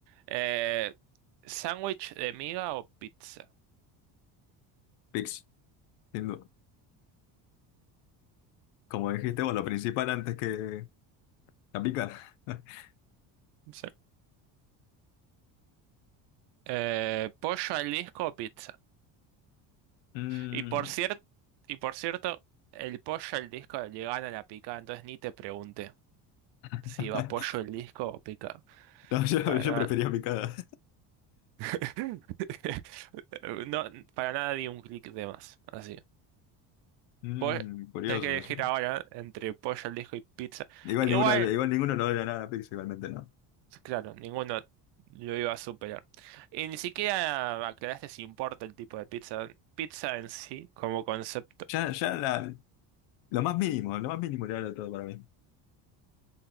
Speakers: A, on the right (about 65°); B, on the left (about 85°).
A: Eh, ¿sándwich de miga o pizza?
B: Pix, sin duda. Como dijiste vos, lo principal antes que la pica. <laughs>
A: Sí. Eh, ¿pollo al disco o pizza?
B: Mm.
A: Y por cierto, y por cierto, el pollo al disco le gana la picada, entonces ni te pregunté si
B: <laughs>
A: iba pollo el disco o picada.
B: No, yo,
A: Para
B: yo
A: nada.
B: prefería picada.
A: <laughs> No, para nada di un clic de más. Así.
B: Mm,
A: Pues
B: curioso
A: tenés que elegir
B: eso.
A: ahora entre pollo al disco y pizza.
B: Igual
A: Igual,
B: ninguno, le- igual ninguno no le odia nada a Pix, igualmente no.
A: claro, ninguno lo iba a superar. Y ni siquiera aclaraste si importa el tipo de pizza. Pizza en sí, como concepto.
B: Ya, ya la, lo más mínimo, lo más mínimo le da todo para mí.